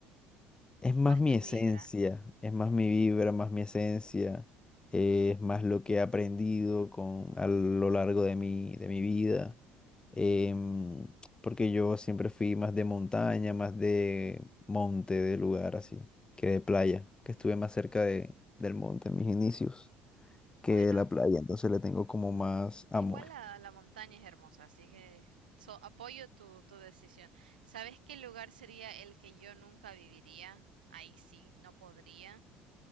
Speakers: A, on the left (about 20°); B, on the right (about 80°).
A: es más
B: más
A: mi
B: tu
A: esencia,
B: vibra.
A: es más mi vibra, más mi esencia, eh, es más lo que he aprendido con, a lo largo de mi, de mi vida. em, porque yo siempre fui más de montaña, más de monte, de lugar así, que de playa, que estuve más cerca de, del monte en mis inicios que
B: Bueno,
A: de la playa, entonces le tengo como más amor.
B: igual la, la montaña es hermosa, así que so- apoyo tu, tu decisión. ¿Sabes qué lugar sería el que yo nunca viviría? Ahí sí, no podría.